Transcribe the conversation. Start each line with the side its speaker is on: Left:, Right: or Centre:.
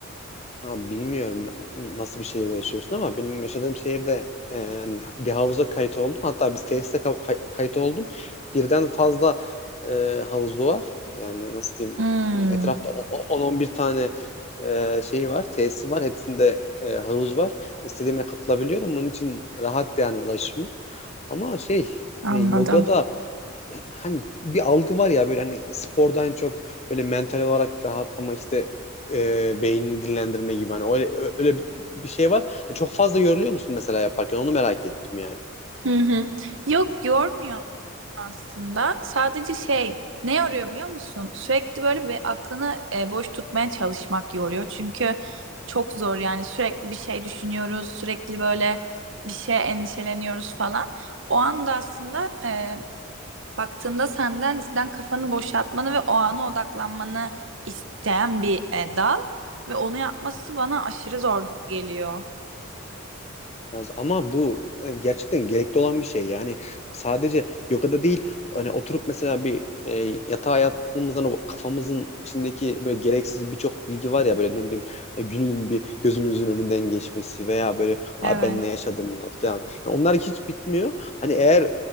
Left: Abi bilmiyorum nasıl bir şehirde yaşıyorsun ama benim yaşadığım şehirde e, yani bir havuza kayıt oldum. Hatta bir tesise ka- kay- kayıt oldum. Birden fazla e, havuzu var. Yani nasıl diyeyim
Right: Hmm,
Left: etrafta o- o- 10-11 tane e, şeyi var, tesisi var. Hepsinde e, havuz var. İstediğime katılabiliyorum. Onun için rahat yani ulaşımı. Ama şey
Right: anladım.
Left: hani yoga da hani bir algı var ya böyle hani spordan çok böyle mental olarak rahatlama işte e, beynini dinlendirme gibi hani öyle öyle bir- şey var. Hani Çok fazla yoruluyor musun mesela yaparken? Onu merak ettim yani.
Right: Hı hı. Yok yormuyor aslında. Sadece şey ne yoruyor biliyor musun? Sürekli böyle bir aklını e, boş tutmaya çalışmak yoruyor. Çünkü çok zor yani sürekli bir şey düşünüyoruz. Sürekli böyle bir şey endişeleniyoruz falan. O anda aslında e, baktığında senden cidden kafanı boşaltmanı ve o ana odaklanmanı isteyen bir e, dal. Ve onu yapması bana aşırı zor geliyor.
Left: Yalnız Ama bu e, gerçekten gerekli olan bir şey. Yani sadece yogada değil hani oturup mesela bir e, yatağa yattığımızdan o kafamızın içindeki böyle gereksiz birçok bilgi var ya böyle ne bileyim e, günün bir gözümüzün önünden geçmesi veya böyle
Right: Evet.
Left: Aa, ben ne yaşadım lan?" falan. Yani onlar hiç bitmiyor. Hani eğer